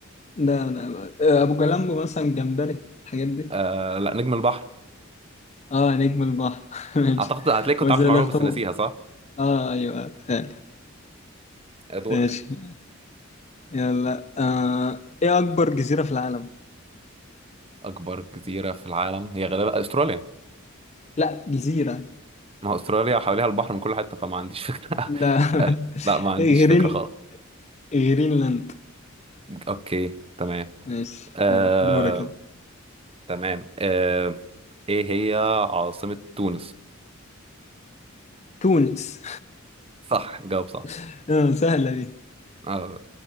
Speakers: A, on the left (about 35°); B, on the right (about 30°).
A: لا لا ابو جلامبو مثلا جمبري الحاجات دي
B: آه لا نجم البحر
A: اه نجم البحر <laughs> ماشي
B: اعتقد هتلاقي كنت
A: هو زي
B: عارف المعلومه
A: الاخطبوط
B: بس ناسيها صح؟
A: اه ايوه فعلا
B: آه، دورك
A: ماشي يلا آه. ايه اكبر جزيرة في العالم
B: اكبر جزيره في العالم هي غالبا استراليا
A: لا جزيرة
B: ما هو استراليا حواليها البحر من كل حته فما عنديش فكره <laughs>
A: لا <laughs>
B: آه لا ما عنديش
A: غرين
B: فكره خالص
A: غرينلاند
B: اوكي تمام
A: ماشي
B: آه
A: يلا دورك كده
B: تمام آه، ايه هي عاصمة تونس
A: تونس
B: صح جاوب صح
A: <laughs> آه سهلة دي
B: آه،